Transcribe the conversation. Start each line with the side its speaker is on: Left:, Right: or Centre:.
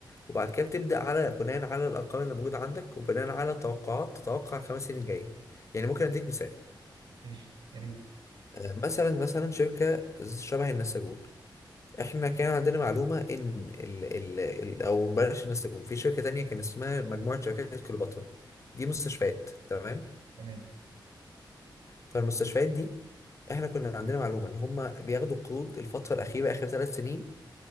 Left: وبعد كده بتبدا على بناء على الارقام اللي موجوده عندك وبناء على توقعات تتوقع الخمس سنين الجايه يعني ممكن اديك مثال
Right: ماشي يا ريت
Left: آه، مثلا مثلا شركه شبه النساجون احنا كان عندنا معلومة ان ال ال ال او بلاش النساجون في شركة تانية كان اسمها مجموعة شركات كليوباترا دي مستشفيات
Right: ماشي
Left: تمام
Right: تمام
Left: فالمستشفيات دي احنا كنا عندنا معلومة ان هم بياخدوا قروض الفترة الأخيرة آخر ثلاث سنين